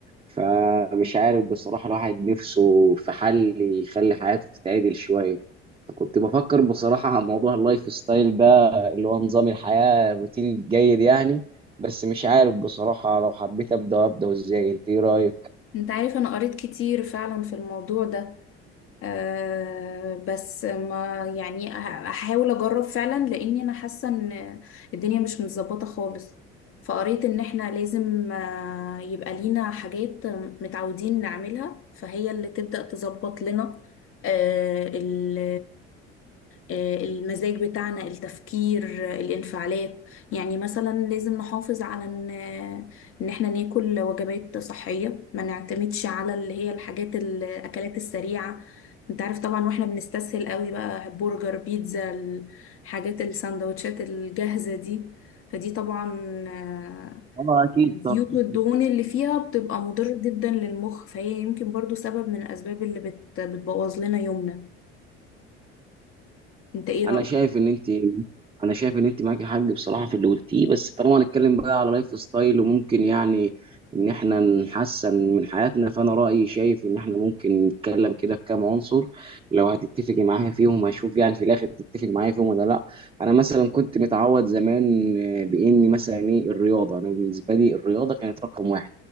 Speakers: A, on the right (about 15°); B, on the left (about 40°).
A: فمش عارف بصراحه الواحد نفسه في حل يخلي حياته تتعدل شويه فكنت بفكر بصراحه على موضوع اللايف ستايل ده اللي هو نظام الحياه الروتين الجيد يعني بس مش عارف بصراحه لو حبيت ابدا ابدا ازاي انت ايه رايك؟
B: انت عارف انا قريت كتير فعلا في الموضوع ده أه بس ما يعني ه- هحاول اجرب فعلا لاني انا حاسه ان الدنيا مش متظبطه خالص فقريت ان احنا لازم آه، يبقى لينا حاجات متعودين نعملها فهي اللي تبدأ تظبط لنا أه ال- آه، المزاج بتاعنا التفكير آه، الانفعالات يعني مثلا لازم نحافظ على ان آه، ان احنا ناكل وجبات صحية ما نعتمدش على اللي هي الحاجات الاكلات السريعة انت عارف طبعا واحنا بنستسهل قوي بقى برجر بيتزا الحاجات السندوتشات الجاهزة دي فدي طبعا آه،
A: اه اكيد
B: الزيوت
A: طبعا
B: والدهون اللي فيها بتبقى مضرة جدا للمخ فهي يمكن برضو سبب من الأسباب اللي بت بتبوظ لنا يومنا انت ايه
A: انا
B: رأيك؟
A: شايف ان انت انا شايف ان انت معاكي حق بصراحه في اللي قلتيه بس طالما هنتكلم بقى على لايف ستايل وممكن يعني ان احنا نحسن من حياتنا فانا رايي شايف ان احنا ممكن نتكلم كده في كام عنصر لو هتتفقي معايا فيهم هشوف يعني في الاخر تتفقي معايا فيهم ولا لا انا مثلا كنت متعود زمان آه، باني مثلا ايه الرياضه انا بالنسبه لي الرياضه كانت رقم واحد